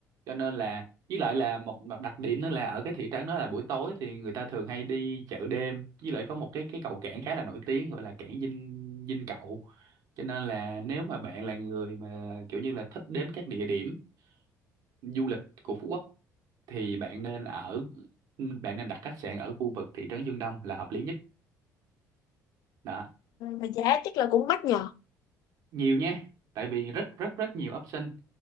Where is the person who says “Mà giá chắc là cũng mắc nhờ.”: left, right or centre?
Left